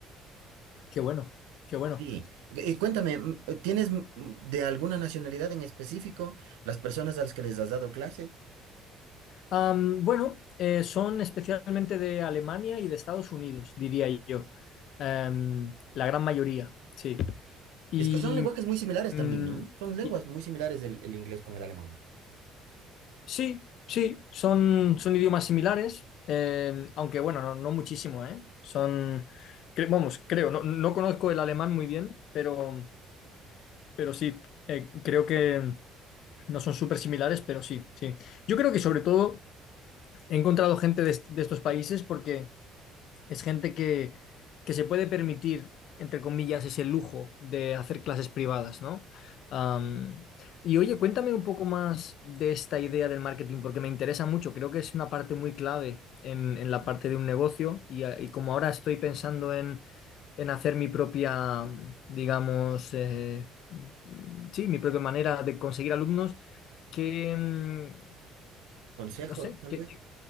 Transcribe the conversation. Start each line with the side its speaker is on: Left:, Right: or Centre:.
Left: qué bueno, qué bueno.
Right: Sí, Eh, cuéntame, mm, eh, ¿tienes mm, de alguna nacionalidad en específico las personas a las que les has dado clases?
Left: Am, bueno, eh, son especialmente de Alemania y de Estados Unidos, diría yo. Em, la gran mayoría, sí. Y,
Right: Es que son lenguajes muy similares
Left: mm,
Right: también, ¿no? Son lenguas
Left: y-
Right: muy similares el, el inglés con el alemán.
Left: sí, sí, son, son idiomas similares, em, aunque bueno, no, no muchísimo, ¿eh? Son, cre- vamos, creo, no, no conozco el alemán muy bien, pero, pero sí, eh, creo que no son súper similares, pero sí, sí. Yo creo que sobre todo he encontrado gente de, est- de estos países porque Es gente que, que se puede permitir, entre comillas, ese lujo de hacer clases privadas, ¿no? Am, y oye, cuéntame un poco más de esta idea del marketing, porque me interesa mucho. Creo que es una parte muy clave en, en la parte de un negocio y, a- y como ahora estoy pensando en, en hacer mi propia, digamos, eh, mm, sí, mi propia manera de conseguir alumnos, que, mm,
Right: Consejos,
Left: no sé,
Right: tal
Left: que,
Right: vez.
Left: que-